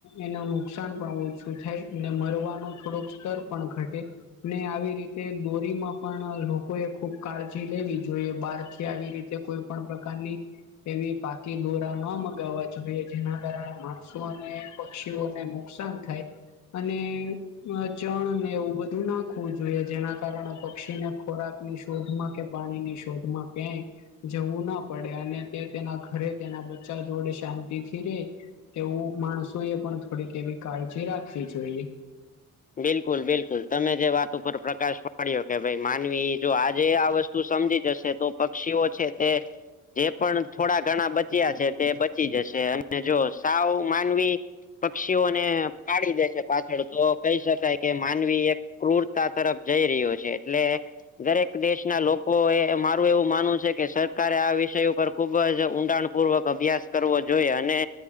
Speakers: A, on the left; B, on the left.
A: એનું નુકસાન પણ ઓછું થાય મરવાનો થોડોક સ્તર પણ ઘટે ને આવી રીતે દોરીમાં પણ લોકોએ ખુબ કાળજી લેવી જોઈએ બહાર થી આવી રીતે કોઈ પણ પ્રકારની એવી પાકી દોરા ન મગાવવા જોઈએ જેના કારણે માણસો અને પક્ષીઓને નુકસાન થાય અને ચણ ને એવું બધું નાખવું જોઈએ જેના કારણે પક્ષીને ખોરાક ની શોધમાં કે પાણીની શોધ તમામાં ક જવું ના પડે અને તે તેના ઘરે તેના બચ્ચા જોડે શાંતિથી રે તેવું માણસો એ પણ થોડીક એવી કાળજી રાખવી જોઈએ.
B: બિલકુલ બિલકુલ તમે જે વાત ઉપર પ્રકાશ પાડ્યો કે ભાઈ માનવી જો આજે આ વસ્તુ તું સમજી જશે તો પક્ષીઓ છે તે જે પણ થોડા ઘણા બચ્યા છે તે બચી જશે અને જો સાવ માનવી પક્ષીઓને પાડી દે છે પાછળ તો કહી શકાય કે માનવી એક ક્રુૂરતા તરફ જઈ રહ્યો છે એટલે દરેક દેશના લોકો એ મારું એવું માનવું છે કે સરકારે આ વિષય ઉપર ખુબ જ ઊંડાણ પૂર્વક અભ્યાસ કરવો જોઈએ અને